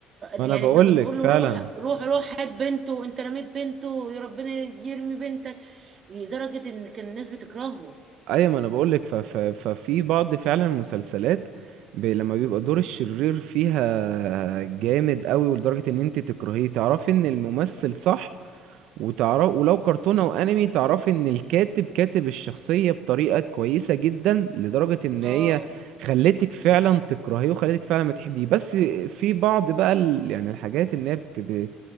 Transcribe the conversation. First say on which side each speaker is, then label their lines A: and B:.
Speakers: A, on the right (about 75°); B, on the right (about 40°).
A: ما
B: يعني
A: انا بقولك
B: احنا كنا نقول
A: فعلا
B: له روح روح روح هات بنته انت رميت بنته يا ربنا يرمي بنتك لدرجه ان كان الناس بتكرهه
A: ايوه ما انا بقول لك ففي بعض فعلا مسلسلات ب- لما بيبقى دور الشرير فيها جامد قوي ولدرجة ان انت تكرهيه تعرفي ان الممثل صح وتعرف ولو كرتونة او انمي تعرفي ان الكاتب كاتب الشخصية بطريقة كويسة جدا لدرجة ان
B: اه
A: هي خلتك فعلا تكرهيه وخلتك فعلا ما تحبيه بس في بعض بقى ال... يعني الحاجات ان هي بت...